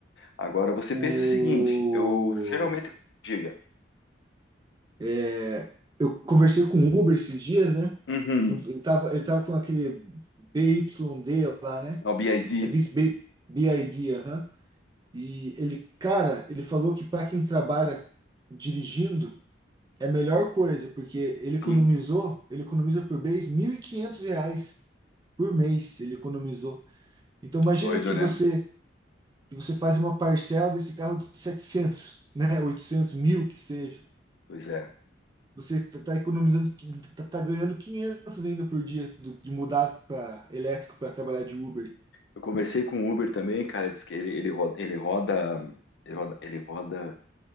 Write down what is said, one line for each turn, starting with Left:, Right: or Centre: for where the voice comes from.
Left: Agora, você
Right: o
Left: pensa o seguinte, eu geralmente. Diga.
Right: é, eu conversei com o Uber esses dias, né?
Left: Uhum.
Right: Ele tava, ele tava com aquele BYD lá, né?
Left: Ao BID.
Right: É Bis- B- BID, aham. E ele, cara, ele falou que para quem trabalha dirigindo é a melhor coisa, porque ele economizou,
Left: Sim,
Right: ele economiza por mês 1.500 reais por mês, ele economizou. Então
Left: que
Right: imagina
Left: doido,
Right: que
Left: né?
Right: você que você faz uma parcela desse carro de 700, né, Oitocentos, mil que seja.
Left: Pois é.
Right: Você tá, tá economizando, qui- tá, tá ganhando 500 ainda por dia do- de mudar para elétrico para trabalhar de Uber.
Left: Eu conversei com o Uber também, cara, disse que ele, ele roda, ele roda, ele roda, ele roda,